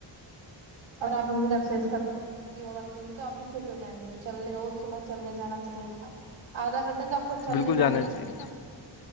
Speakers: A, on the right; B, on the left.
A: اور آپ بھی ایکسرسائز کرتے رہیں گے تو آپ بھی فٹ ہو جائیں گے چلنے روز صبح چلنے جانا چاہیے آدھا گھنٹہ تو آپ کو چلنے
B: بالکل جانا
A: ہی
B: چاہیے